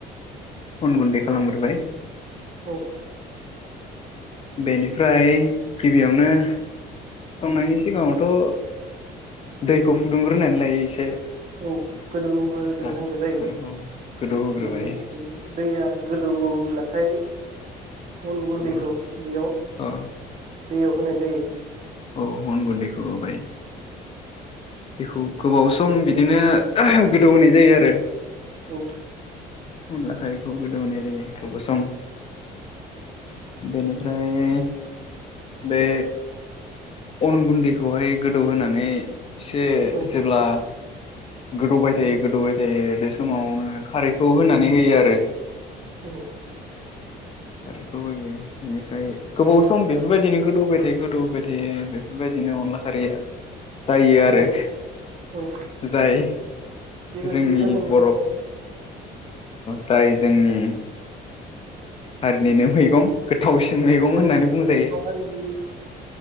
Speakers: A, on the left; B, on the right.
A: अन गुन्दै खालाम ग्रोबाय
B: औ
A: बेनिफ्राय गिबियावनो संनायनि सिगाङावथ' दैखौ फुदुंग्रोनानै लायो एसे
B: औ गोदौ होग्रोनांगौ
A: जारो
B: जायो
A: जारो औ गोदौ होग्रोबाय
B: बेनि उनाव दैया गोदौ औ अब्लाथाय उन गुन्दैखौ
A: अ
B: बेयाव
A: अ
B: दैयाव होनाय जायो
A: औ अन गुन्दैखौ होबाय बेखौ गोबाव
B: बेनिफ्राय
A: सम बिदिनो गोदौ होनाय जायो आरो
B: औ
A: अनला खारैखौ गोदौ होनाय जायो गोबाव सम बेनि ओमफ्राय बे अन गुन्दैखौहाय गोदौहोनानै एसे
B: औ
A: जेब्ला गोदौबाय थायो
B: औ
A: गोदौबाय थायो बे बे समावनो खारैखौ होनानै होयो आरो
B: औ
A: खारैखौ होयो बेनिफ्राय गोबाव सम बेफोरबायदिनो गोदौबाय बे गोदौहोबाय थायो बेफोरबायदिनो अनला खारैया जायो आरो
B: औ औ
A: जाय
B: बेबायदि
A: जोंनि
B: बानायनाय
A: बर'
B: जायो
A: ओ ओ
B: आरो
A: जाय जोंनि हारिनिनो मैगं गोथावसिन मैगं
B: बर'
A: होननानै बुंजायो
B: बर' हारिनि